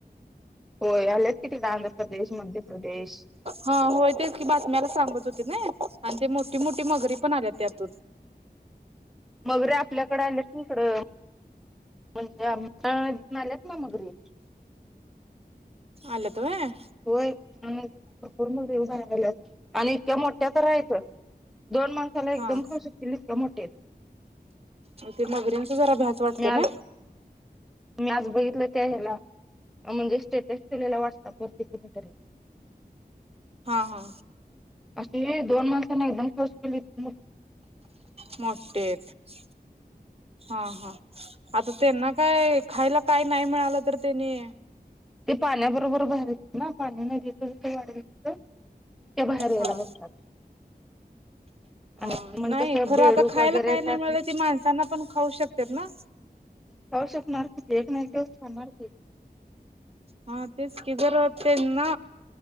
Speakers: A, in the centre; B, on the right (about 35°).
A: होय. आलेत कि, तिकड आंध्र प्रदेश मध्य प्रदेश.
B: हा, होय तेच की बातम्याला सांगत होती नी, आणि ते मोठी मोठी मगरी पण आल्या त्यातून.
A: मगरी आपल्याकडं आलेत की इकडं. म्हणजे, आमच्या आल्यात ना मगरी.
B: आलेत व्हयं.
A: होय, कृष्णा नदी भरपूर <unintelligible> आणि इतक्या मोठ्या तर हायत. दोन माणसाला एकदम
B: हा
A: खाऊ शकतील. इतक मोठेेत.
B: ते मगरीनची जरा भ्याच. वाटते
A: मी
B: ना
A: आज, मी आज बघितलं त्या हेला‌. म्हणजे स्टेटस ठेवलेला वाटतं वरती कुणीतरी.
B: हा हा.
A: असली दोन माणसांना एकदम क्स केली मग.
B: मोठेत आहेत, हा.. हा. आता ते ना. काय खायला काही नाही मिळालं तर तेनी.
A: ते पाण्याबरोबर बाहेर येतात ना, पाणी नदीच जसं वाढल तसं ते बाहेर यायला
B: हा
A: बघतात. आणि
B: ह,
A: म्हणजे
B: नाही
A: कसं
B: खरं
A: बेडूक
B: आता खायला
A: वगैरे
B: काही
A: त्यात
B: नाही मिळलं ती, माणसांना पण खाऊ शकतात ना.
A: तवा शिकणार की ते, एक ना एक दिवस खाणार की.
B: हा तेच की जर त्यांना,